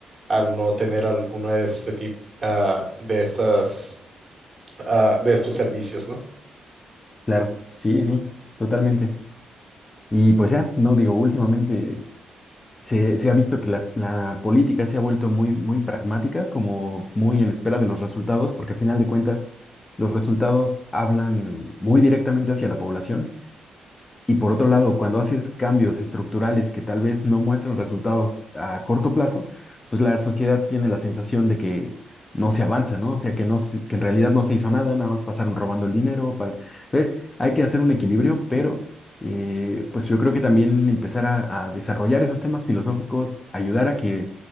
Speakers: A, on the right; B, on the left.
A: al no tener alguno de este tipo de estas ah, de estos servicios, ¿no?
B: Claro, sí, sí, totalmente. Y pues ya, no digo, últimamente se, se ha visto que la, la política se ha vuelto muy, muy pragmática, como muy en espera de los resultados, porque a final de cuentas los resultados hablan muy directamente hacia la población y por otro lado, cuando haces cambios estructurales que tal vez no muestran resultados a corto plazo, pues la sociedad tiene la sensación de que no se avanza, ¿no? O sea, que no se- que en realidad no se hizo nada, nada más pasaron robando el dinero. pal- Entonces, hay que hacer un equilibrio, pero eh, pues yo creo que también empezar a, a desarrollar esos temas filosóficos, ayudar a que,